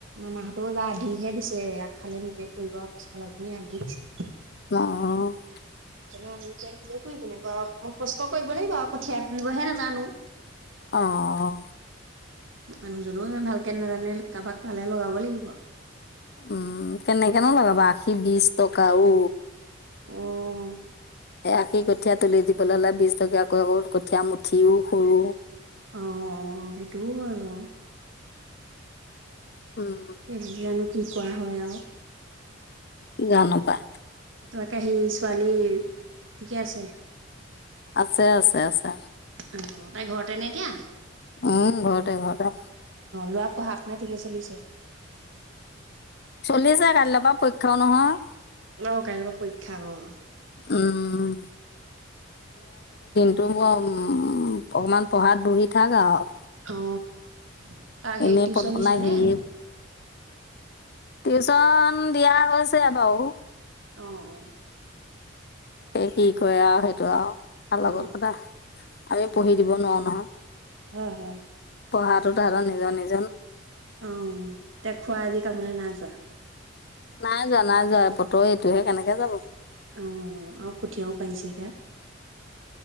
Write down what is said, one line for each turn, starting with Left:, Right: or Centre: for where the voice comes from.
Right: মাহঁতেও এইবাৰ আধিহে দিছে, আগফালে নিজে কৰিব, পিছফালৰ খিনি আধি দিছে।
Left: অহ।
Right: অ' নিজে নিজে কৰিব লাগিব আৰু ম কষ্ট কৰিব লাগিব কঠিয়া তুলিবহে নাজানো।
Left: অঁ
Right: মানুহজনেও ইমান ভালকে নাজানে কাৰোবাক পালে লগাব লাগিব।
Left: উম' কেনেকেনো লগাবা আশী, বিশ টকা উ
Right: অহ।
Left: এই আশী কঠীয়া তুলি দিবলৈ হ'লে বিশ টকীয়াকৈ আকৌ কঠীয়া মুঠিও সৰু।
Right: অ' সেইটোও হয় বাৰু
Left: উম,
Right: ইচ জানো কি কৰা হয় আৰু
Left: জানো পায়।
Right: তোমাকে সি ছোৱালী ঠিকে আছে।
Left: আছে-আছে-আছে।
Right: অ' তাই ঘৰতেনে এতিয়া
Left: উম, ঘৰতে-ঘৰতে।
Right: ল'ৰাৰ পঢ়া-শুনা ঠিকে চলিছে।
Left: চলি আছে কাইলৈ পৰা পৰীক্ষাও নহয়।
Right: অ' কাইলৈ পৰা পৰীক্ষা অ'
Left: উম তো মোৰ উম, অকমান পঢ়াত বহি থাক আৰু।
Right: অ', অ'। তাক সেই
Left: এনেই
Right: টিউচন
Left: পলপনা
Right: দিছে নে?
Left: ঘূৰি টিউচন দিয়া হৈছে বাৰু।
Right: অ', অ'।
Left: কি কি কোৱা সেইটো আৰু ভাল লগত
Right: অ অ
Left: কথা আমি
Right: অ
Left: পঢ়ি
Right: অ
Left: দিব নোৱাৰো নহয়,
Right: হয় হয়।
Left: পঢ়াটো তাহাতৰ নি জানে
Right: অ', তে খুৰা আজি কামলে নাই যো ছ
Left: নাই যোৱা, নাই যোৱা এপৰে এইটোহে কেনেকে যাব। উম,
Right: অ আৰু কঠীয়াও পাৰিছেহে।